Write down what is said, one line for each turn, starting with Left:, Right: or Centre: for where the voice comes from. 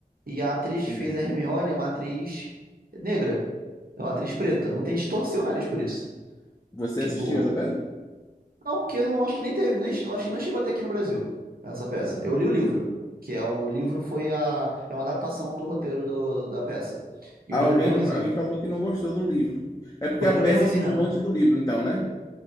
Right: E a atriz
Left: Sim.
Right: que fez a Hermione, é uma atriz negra. É uma atriz preta. Muita gente torceu o nariz por isso.
Left: Você
Right: tipo.
Left: assistiu essa peça?
Right: Não, porque eu não acho que nem teve, nem, acho que não chegou até aqui no Brasil, essa peça.
Left: Ah.
Right: Eu li o livro, que é o livro foi a, é uma adaptação do roteiro do- da peça. E
Left: Alguém,
Right: o livro é bem ruinzinho.
Left: alguém falou que não gostou do livro. É porque
Right: O livro
Left: a
Right: é
Left: peça
Right: bem ruinzinho
Left: surgiu
Right: mesmo.
Left: antes do livro, então, né?